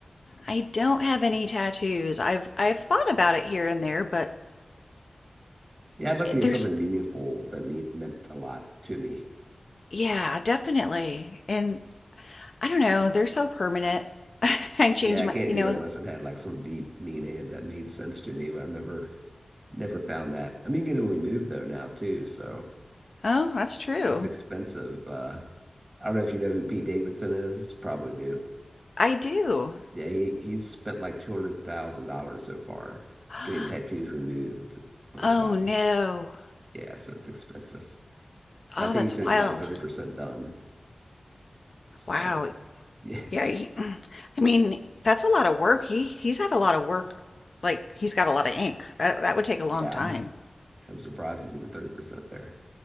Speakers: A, on the left; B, on the right.
A: I don't have any tattoos. I've I've thought about it here and there, but
B: Yeah, I'd love
A: eh,
B: to get
A: there's
B: something meaningful that mean, meant a lot to me.
A: yeah, definitely. And I don't know, they're so permanent. <laughs> I change
B: Yeah, I
A: my
B: can't
A: you
B: do
A: know
B: it unless it had like some deep meaning and that made sense to me, but I've never never found that. I mean, you can get it removed though now too, so
A: oh, that's true.
B: it's expensive. Uh I don't know if you know who Pete Davidson is. Probably do.
A: I do.
B: Yeah, he he's spent like two hundred thousand dollars so far
A: <gasps>
B: getting tattoos removed on his
A: Oh,
B: body.
A: no.
B: Yeah, so it's expensive.
A: Oh,
B: And I think
A: that's
B: he said
A: wild.
B: he's about 30% done. So,
A: Wow.
B: yeah.
A: Yeah, he, <clears throat> I mean, that's a lot of work. He he's had a lot of work. Like, he's got a lot of ink. That that would take a long
B: Yeah.
A: time.
B: I'm surprised he's even 30% there.